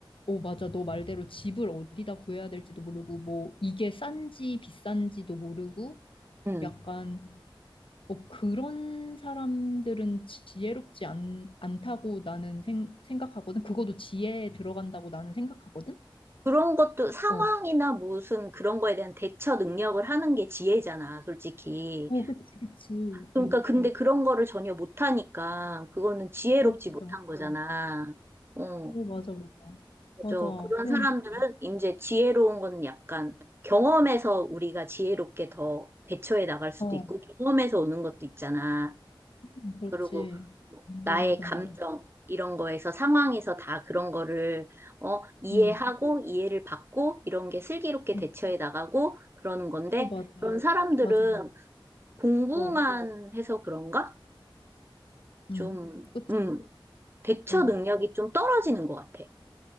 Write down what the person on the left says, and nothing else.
어, 맞아. 너 말대로 집을 어디다 구해야 될지도 모르고 뭐 이게 싼지 비싼지도 모르고
약간 어, 그런 사람들은 지혜롭지 않, 않다고 나는 생, 생각하거든. 그것도 지혜에 들어간다고 나는 생각하거든.
어.
어, 그치, 그치.
어.
어, 맞아.
어, 맞아, 맞아.
맞아.
그러니까.
어.
음, 그렇지.
완전
공감해.
응.
응.
어, 맞아.
맞아, 맞아.
어.
음,
그치.
어.